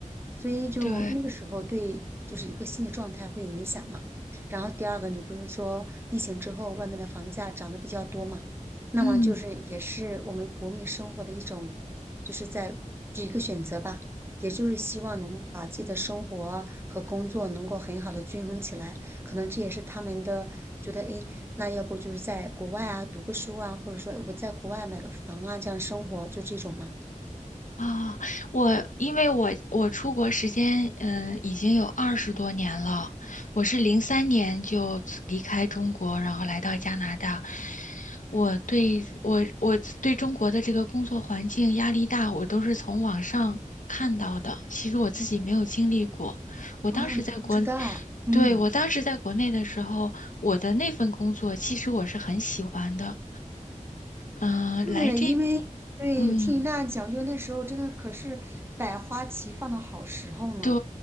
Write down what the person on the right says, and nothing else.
所以就那个时候对，
就是一个心理状态会影响嘛。然后第二个，你不是说疫情之后外面的房价涨得比较多嘛？那么就是也是我们国民生活的一种，
就是在一个选择吧，也就是希望能把自己的生活和工作能够很好的均衡起来。可能这也是他们的觉得，诶，那要不就是在国外啊读个书啊，或者说我在国外买个房啊，这样生活就这种嘛。
啊，你不知道，嗯。
是因为对，
听你那样讲，就那时候真的可是百花齐放的好时候呢。